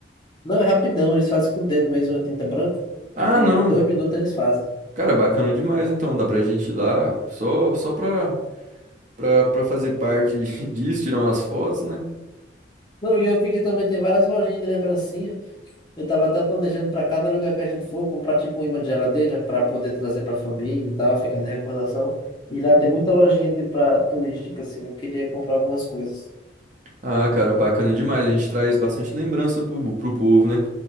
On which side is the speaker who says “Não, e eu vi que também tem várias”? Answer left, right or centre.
Left